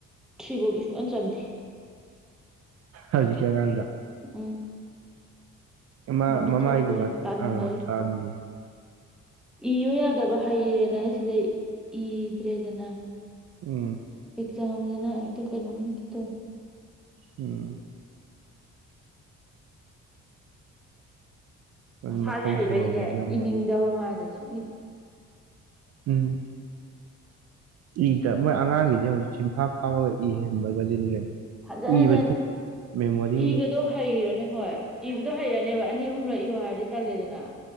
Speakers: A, in the centre; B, on the right.
A: ꯊ꯭ꯔꯤꯐꯧꯗꯤ ꯁꯨꯡꯆꯥꯟ ꯆꯥꯟꯗꯦ
B: ꯍꯧꯖꯤꯛꯀꯤ ꯑꯉꯥꯡꯗꯣ
A: ꯎꯝ
B: ꯑꯃ
A: ꯃꯃꯤꯠ
B: ꯃꯃꯥꯏꯒꯨꯝꯕ
A: ꯊꯛꯄꯩ ꯇꯟꯕꯩ
B: ꯑꯥ ꯊꯥꯝꯅꯤꯌꯦ
A: ꯏꯌꯣ ꯌꯥꯗꯕ ꯍꯩꯔꯦꯅ ꯁꯤꯗꯩ ꯏꯗ꯭ꯔꯦꯗꯅ
B: ꯎꯝ
A: ꯑꯦꯛꯖꯥꯝꯗꯅ ꯍꯦꯛꯇ ꯀꯩꯅꯣꯝ ꯇꯧꯕ
B: ꯎꯝ ꯑꯗꯨ
A: ꯃꯁꯥꯥꯁꯦ
B: ꯃꯈꯣꯡ
A: ꯍꯩꯕꯩꯅꯦ
B: ꯁꯦꯡꯍꯧꯕꯗꯤ ꯌꯥꯝ
A: ꯏꯅꯤꯡꯗꯕ
B: ꯃꯔꯨ
A: ꯃꯥꯁꯦ ꯁꯨꯡꯢ
B: ꯎꯝ ꯏꯗ ꯃꯣꯏ ꯑꯉꯥꯡꯒꯤꯗꯤ ꯍꯧꯖꯤꯛ ꯁꯤꯟꯐꯥ ꯐꯥꯔꯒ ꯢꯍꯦꯟꯕꯒꯁꯤꯅꯤ ꯀꯩꯅꯣ
A: ꯍꯟꯖꯟ
B: ꯏꯕꯁꯤ
A: ꯍꯟꯖꯟ
B: ꯃꯦꯃꯣꯔꯤ
A: ꯏꯕꯗꯣ ꯍꯩꯔꯅꯤ ꯍꯣꯏ ꯏꯕꯗꯣ ꯍꯩꯔꯅꯦꯕ ꯑꯅꯤ ꯑꯍꯨꯝꯂꯛ ꯏꯔꯣ ꯍꯥꯏꯔꯗꯤ ꯇꯜꯂꯤꯗꯅ